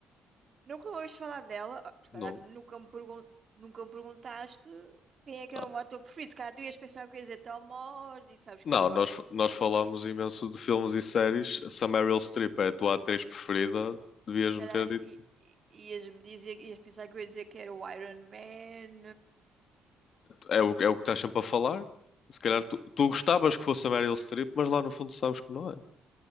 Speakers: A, on the right; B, on the left.
A: Nunca ouvi falar dela. Ah, Se calhar
B: Não.
A: que nunca me pergun- nunca me perguntaste quem é que
B: tá.
A: era o meu ator preferido. Se calhar tu ias pensar que eu ia dizer Tom Hardy, sabes
B: Não,
A: que eu gosto
B: nós,
A: muito.
B: nós falámos imenso de filmes e séries. Se a Meryl Streep é a tua atriz preferida, devias-me
A: Se calhar
B: ter dito.
A: i- i- ias-me dizer, ias pensar que eu ia dizer que era o Iron Man.
B: É, é o, é o que estás sempre a falar. Se calhar tu, tu gostavas que fosse a Meryl Streep, mas lá no fundo sabes que não é.